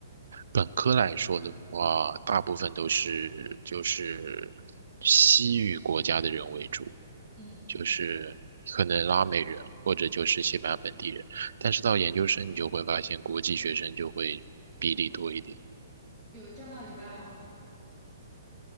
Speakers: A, on the right; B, on the right.
A: 本科来说的话，大部分都是就是西语国家的人为主，
B: 嗯，
A: 就是可能拉美人或者就是西班牙本地人。但是到研究生，你就会发现国际学生就会比例多一点。
B: 有占到一半吗？